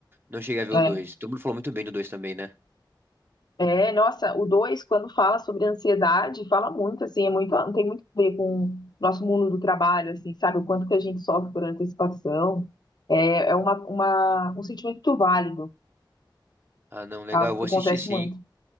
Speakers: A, on the right; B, on the left.
A: não cheguei a ver
B: É.
A: o dois. Todo mundo falou muito bem do dois também, né?
B: é, nossa, o dois quando fala sobre ansiedade, fala muito, assim, é muito, tem muito a ver com o nosso mundo do trabalho, assim, sabe? O quanto que a gente sofre por antecipação. É, é uma, uma, um sentimento válido,
A: Ah, não, legal,
B: algo
A: eu vou
B: que
A: assistir
B: acontece
A: sim.
B: muito.